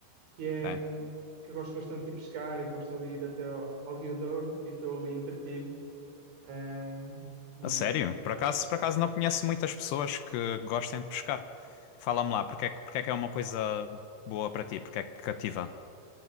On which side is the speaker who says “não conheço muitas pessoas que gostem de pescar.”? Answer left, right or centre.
Left